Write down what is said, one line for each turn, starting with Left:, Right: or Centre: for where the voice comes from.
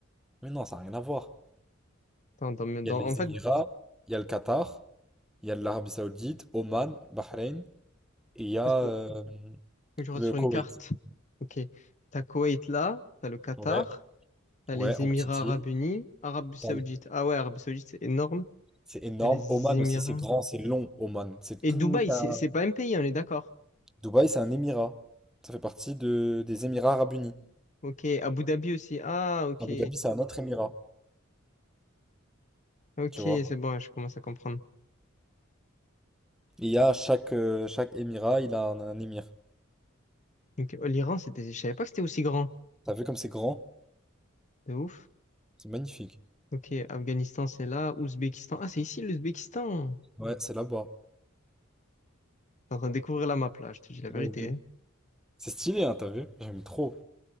Centre: Mais non, ça n'a rien à voir.
Left: Attends, dans, mes-
Centre: Il
Left: dans-
Centre: y a les
Left: en fait,
Centre: Émirats, il y a le Qatar, il y a l'Arabie Saoudite, Oman, Bahreïn, et il y a
Left: parce que faut-
Centre: euh,
Left: faut que je regarde
Centre: le
Left: sur
Centre: Koweït.
Left: une carte. Ok. T'as Koweït là, t'as le Qatar,
Centre: Ouais,
Left: t'as
Centre: ouais,
Left: les
Centre: en
Left: Émirats
Centre: petite île.
Left: Arabes Unis, Arabie Saoudite.
Centre: T'as-
Left: Ah ouais, Arabie Saoudite, c'est énorme.
Centre: C'est énorme.
Left: T'as les
Centre: Oman
Left: Émirats.
Centre: aussi, c'est grand, c'est long, Oman. C'est
Left: Et
Centre: tout
Left: Dubaï,
Centre: un...
Left: c'est c'est pas un pays, on est d'accord.
Centre: Dubaï, c'est un Émirat. Ça fait partie de, des Émirats Arabes Unis.
Left: Ok. Abu Dhabi aussi. Ah, ok.
Centre: Abu Dhabi, c'est un autre Émirat,
Left: Ok,
Centre: tu vois.
Left: c'est bon, je commence à comprendre.
Centre: Et il y a chaque, euh, chaque Émirat, il a un, un émir.
Left: Donc, euh, l'Iran, c'était, je savais pas que c'était aussi grand.
Centre: T'as vu comme c'est grand?
Left: De ouf.
Centre: C'est magnifique.
Left: Ok, Afghanistan, c'est là. Ouzbékistan. Ah, c'est ici l'Ouzbékistan.
Centre: Ouais, c'est là-bas.
Left: T'es en train de découvrir la map là, je te dis la
Centre: Ouais,
Left: vérité.
Centre: de ouf.
Left: hein.
Centre: C'est stylé, hein, t'as vu? J'aime trop.